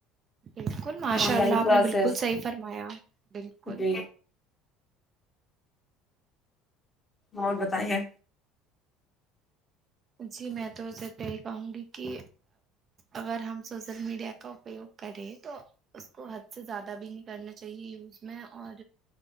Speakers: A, on the right (about 40°); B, on the left (about 25°).
A: بالکل ماشاء
B: آن لائن
A: اللہ
B: کلاسز
A: آپ نے بالکل صحیح فرمایا بالکل
B: جی اور بتائیے
A: جی میں تو صرف یہ ہی کہوں گی کہ اگر ہم شوشل میڈیا کا اپوگ کرے تو اس کو حد سے زیادہ بھی نہیں کرنا چاہیے یوز میں اور